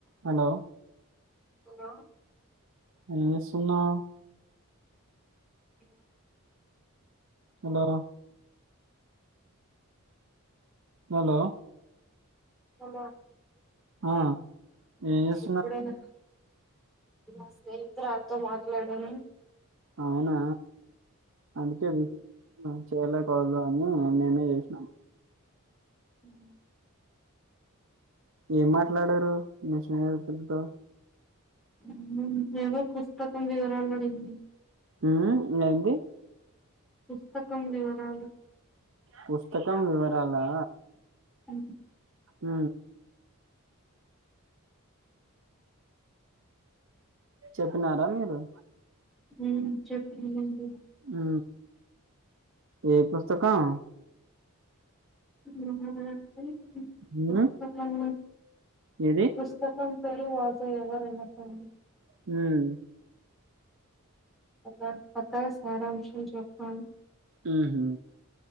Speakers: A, on the right (about 60°); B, in the centre.
A: Hello
B: hello
A: ఏం చేస్తున్నవ్
B: అ
A: హలో హలో
B: హలో
A: ఆ ఏం చేస్తున్నారు
B: ఇప్పుడైనా నా స్నేహితురాతో మాట్లాడాను
A: అవునా అందుకే చేయలేదు వాళ్ళు అని మేమే చేసినాం
B: హ్మ్
A: ఏం మాట్లాడరు మీ స్నేహితులతో
B: హ్మ్ ఏదో పుస్తకం వివరాలు అడిగింది
A: హ్మ్ ఇంగ ఏంది
B: పుస్తకం వివరాలు
A: పుస్తకం వివరాలా
B: ఉ
A: అ చెప్పినారా మీరు
B: హ్మ్ చెప్పినినండి
A: అ ఏ పుస్తకం
B: <unintelligible>
A: ఉమ్
B: పుస్తకం
A: ఏది
B: పుస్తకం ధర్వాజ ఎవరు <unintelligible>
A: హ్మ్
B: అలా కథ సారాంశం చెప్పాను
A: హ్మ్ హు